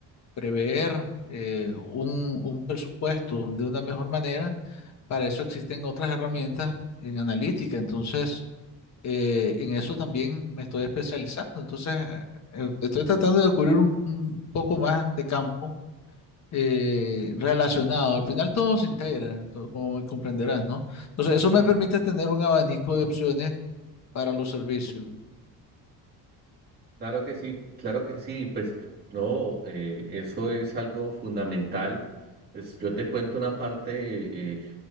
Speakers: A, on the left (about 40°); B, on the right (about 25°).
A: prever eh, un, un presupuesto de una mejor manera, para eso existen otras herramientas en analítica. Entonces, eh, en eso también me estoy especializando. Entonces, eh, eh, estoy tratando de descubrir un, un poco más de campo eh, relacionado. Al final todo se integra, todo- como comprenderás, ¿no? Entonces, eso me permite tener un abanico de opciones para los servicios.
B: Claro que sí, claro que sí, pues no, eh, eso es algo fundamental. Pues yo te cuento una parte eh,